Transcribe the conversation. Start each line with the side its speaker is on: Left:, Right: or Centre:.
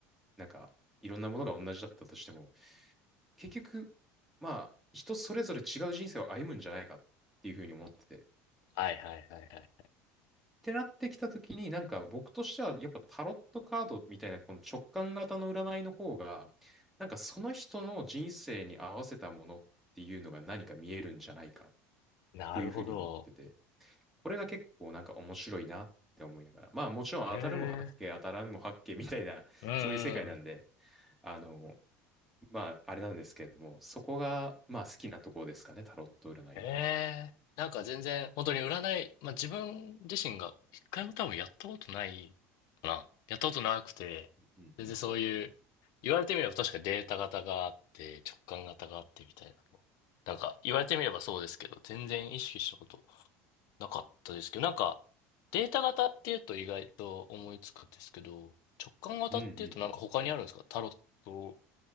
Centre: なんかいろんなものが同じだったとしても、結局、まあ、人それぞれ違う人生を歩むんじゃないかっていうふうに思ってて。
Left: はいはいはいはい。
Centre: てなってきたときに、なんか僕としては、やっぱタロットカードみたいなこの直感型の占いの方が、なんかその人の人生に合わせたものっていうのが何か見えるんじゃないかっ
Left: なるほど。
Centre: ていうふうに思ってて、これが結構なんか面白いなって思いながら、まあもちろん当たるも八卦、
Left: へえ。
Centre: 当たらぬも八卦みたいな、<laughs>
Left: うん
Centre: そういう世界なんで、
Left: う
Centre: あの、まああれなんですけれども、そこがまあ好きなところですかね、タロット占いの。
Left: ん。へえ。なんか全然、本当に占い、まあ自分自身が一回も多分やったことないかな。やったことなくて、
Centre: うんうん。
Left: 全然そういう、言われてみれば確かデータ型があって、直感型があってみたいなの。なんか言われてみればそうですけど、全然意識したことなかったですけど、なんか、データ型っていうと意外と思いつくんですけど、直感型っていうとなんか他にあるんですかタロット
Centre: うんうんうん。